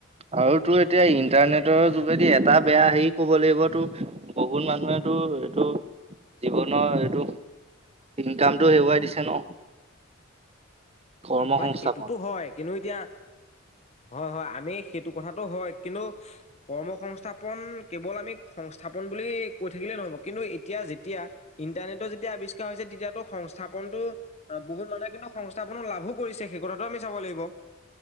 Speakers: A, on the right; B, on the left.
A: আৰু তোৰ এতিয়া ইন্টাৰনেটৰ যোগেদি এটা বেয়া হেৰি ক'ব লাগিবতো বহুত মানুহেটো এইটো জীৱনৰ এইটো ইনকামটো হেৰুৱাই দিছে ন? কৰ্ম
B: হয়
A: সংস্থাপন
B: সেইটোতো হয় কিন্তু এতিয়া, হয়, হয় আমি সেইটো কথাটো হয়। কিন্তু কৰ্মসংস্থাপন কেৱল আমি সংস্থাপন বুলি কৈ থাকিলে নহব কিন্তু এতিয়া যেতিয়া ইন্টাৰনেটৰ যেতিয়া আৱিষ্কাৰ হৈছে তেতিয়াাতো সং সংস্থাপনতো বহুত মানুহে কিন্তু সংস্থাপন লাভো কৰিছে সেই কথাটো আমি চাব লাগিব